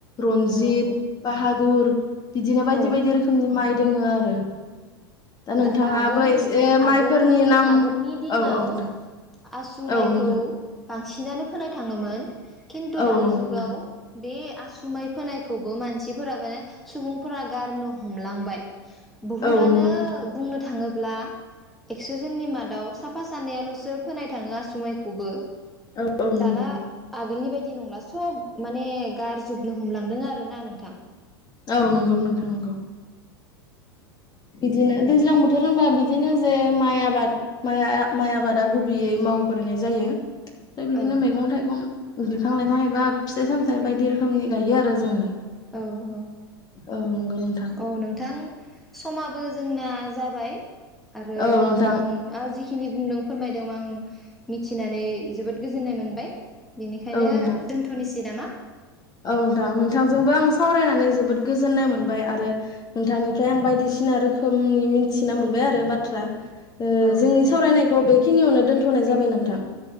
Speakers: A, on the left; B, in the centre.
A: रनजित,
B: औ
A: बाहादुर बिदिनो बायदि
B: औ
A: बायदि रोखोमनि माइ दोङो आरो नोंथाङाबो
B: दा आगोल-
A: एसे
B: आगोल
A: माइफोरनि नाम
B: -आगोलनि दिनाव
A: औ औ नोंथां
B: आसु माइखौ
A: औ नोंथां
B: बांसिन <unintelligible> फोनाय थाङोमोन। खिन्थु
A: औ
B: दानि
A: नंगौ
B: जुगाव
A: नोंथां
B: बे आसुमाय फोनायखौबो मानसिफोरा माने सुबुंफोरा गारनो हमलांबाय। बुहुदानो
A: औ नंगौ नोंथां।
B: बुंनो थाङोब्ला एक्स'जननि मादाव साफा सानैयाल'सो फोनाय थाङो आसुमाइखौबो।
A: औ औ नंगौ
B: दाना आगोलनि बायदि बिदि नंला सब माने गारजोबनो हमलांदों आरो ना नोंथां।
A: औ नंगौ नोंथां नंगौ। बिदिनो दैज्लां बोथोर होनबा बिदिनो जे माइ आबाद माइ आबादा गुबैयै मावग्रोनाय जायो। ओमफ्राय बिदिनो
B: औ
A: मैगं -थाइगं। बिफां -लाइफां एबा फिथाइ -सामथाइ बायदि रोखोमनि गायो आरो जोङो।
B: औ औ
A: औ नंगौ नोंथां
B: औ नोंथां समाबो जोंना जाबाय आरो
A: औ
B: नोंथांआ
A: नोंथां
B: जिखिनि बुंदों फोरमायदों आं मिथिनानै जोबोद गोजोननाय मोनबाय बेनिखायनो
A: औ नोंथां
B: दोनथ'निसै नामा
A: औ नोंथां नोंथांजोंबो आं सावरायनानै जोबोद गोजोननाय मोनबाय आरो नोंथांनिफ्राय आं बायदिसिना रोखोमनि मिथिना मोनबाय आरो बाथ्रा ओ
B: औ
A: जोंनि
B: औ
A: सावरायनायखौ बे खिनियावनो दोन्थ'नाय जाबाय नोंथां